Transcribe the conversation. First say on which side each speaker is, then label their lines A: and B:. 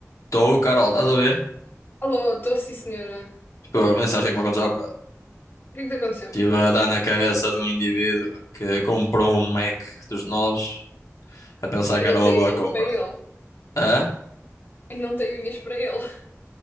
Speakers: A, on the left (about 80°); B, on the left (about 40°).
A: Estou, Carol, estás a ver?
B: Alô, estou sim, senhora.
A: Pô, mas sabes o que é que me aconteceu há bocado?
B: O que é que te aconteceu?
A: Estive a dar na cabeça de um indivíduo que comprou um Mac dos novos a pensar
B: E
A: que
B: não
A: era
B: tenho
A: uma boa
B: unhas
A: compra.
B: para ele.
A: Hã?
B: E não tenho unhas para ele. <laughs>